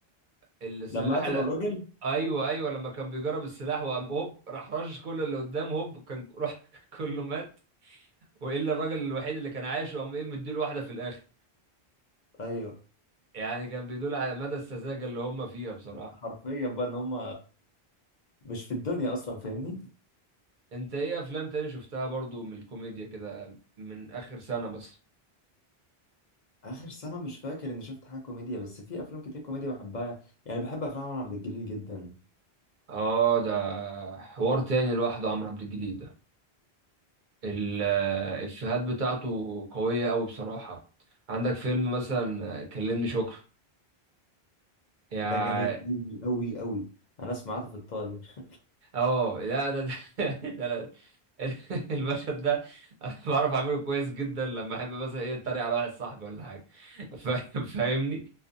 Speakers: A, on the right; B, on the left.
A: <laughs> السلاح
B: لما قتلوا
A: ال...
B: الراجل
A: ايوه ايوه لما كان بيجرب السلاح وقام هوب راح رشش كل اللي قدامه هوب كان راح <laughs> كله مات والا الراجل الوحيد اللي كان عايش وقام ايه مديله واحده في الاخر
B: ايوه
A: يعني كان بيدل على مدى السذاجة اللي هم فيها بصراحة
B: حرفيا بقى ان هم مش في الدنيا اصلا فاهمني
A: انت ايه افلام تاني شفتها برضو من الكوميديا كده من اخر سنة مثلا
B: اخر سنه مش فاكر اني شفت حاجه كوميديا بس في افلام كتير كوميديا بحبها يعني بحب افلام عمر عبد الجليل جدا
A: اه ده حوار تاني لوحده عمرو عبد الجليل ده ال- الافيهات بتاعته قوية قوي بصراحة عندك فيلم مثلا كلمني شكر يا
B: ده جامد قوي قوي قوي انا سمعته في الطاير
A: اه لا ده ده, <laughs> ده أنا- <laughs> المشهد ده انا بعرف اعمله كويس جدا لما احب مثلا ايه اتريق على واحد صاحبي ولا حاجه ف- <laughs> فاهمني